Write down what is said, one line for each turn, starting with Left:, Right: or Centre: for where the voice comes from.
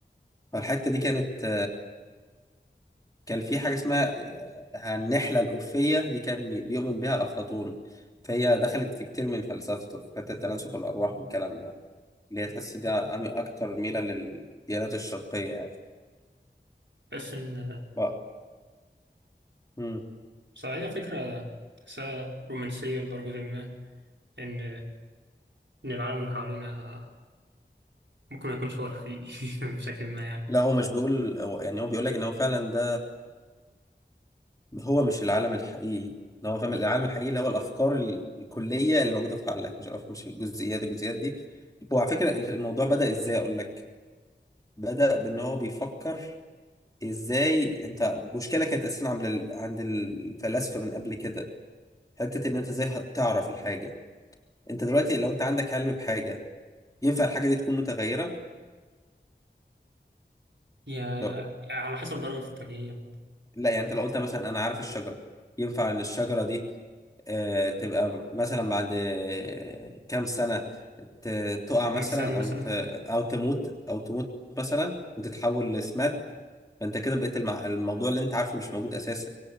Left: فالحته دي كانت كان في حاجة اسمها آه، النحلة الأرفية دي كان بيؤمن بيها أفلاطون فهي دخلت في كتير من فلسفته في حتة تناسخ الأرواح والكلام ده اللي هي تحس دي أمي- أكتر ميلة للديانات الشرقية يعني
Right: بحس إن
Left: ف... مم.
Right: بصراحة هي فكرة تحسها رومانسية لدرجة ما إن إن العالم اللي حوالينا ممكن ما يكونش هو الحقيقي <laughs> بشكل ما يعني
Left: لا هو مش بيقول هو- يعني هو بيقول لك إن هو فعلا ده هو مش العالم الحقيقي إن هو فاهم العالم الحقيقي اللي هو الأفكار ال- الكلية اللي موجودة في عقلك مش الأف- مش الجزئيات الجزئيات دي هو على فكرة الموضوع بدأ إزاي أقول لك بدأ بإن هو بيفكر ازاي انت مشكله كانت اساسا عند ال- عند الفلاسفه من قبل كده حته ان انت ازاي هتعرف الحاجه انت دلوقتي لو انت عندك علم بحاجه ينفع الحاجه دي تكون متغيره
Right: يا
Left: لو
Right: على حسب درجة التغيير
Left: لا يعني انت لو قلت مثلا انا عارف الشجره ينفع ان الشجره دي آه، تبقى مثلا بعد آه، كام سنه ت- تقع مثلا
Right: إنسان مثلا
Left: او ت... او تموت او تموت مثلا وتتحول لسماد فانت كده بقيت المع... الموضوع اللي انت عارفه مش موجود اساسا